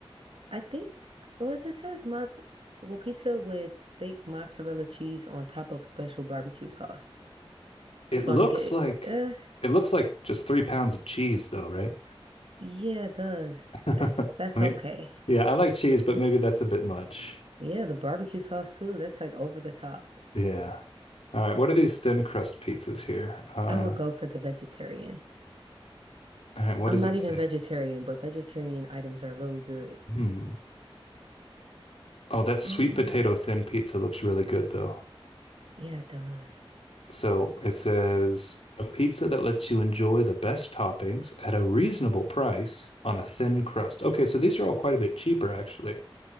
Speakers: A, on the right; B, on the left.
A: I think, well, it just says mozz well, pizza with thick mozzarella cheese on top of special barbecue sauce.
B: It
A: So
B: looks
A: I'm getting,
B: like
A: uh,
B: it looks like just three pounds of cheese, though, right?
A: yeah, it does.
B: <laughs> I
A: That's that's
B: mean,
A: okay.
B: yeah, I like cheese, but maybe that's a bit much.
A: Yeah, the barbecue sauce too. That's like over the top.
B: Yeah. All right. What are these thin crust pizzas here? Uh,
A: I would go for the vegetarian.
B: all right. What
A: I'm
B: does
A: not
B: it
A: even
B: say?
A: vegetarian, but vegetarian items are really good.
B: Hmm. Oh, that sweet
A: Um,
B: potato thin pizza looks really good, though.
A: yeah, it does.
B: So it says a pizza that lets you enjoy the best toppings at a reasonable price on a thin crust. Okay, so these are all quite a bit cheaper, actually.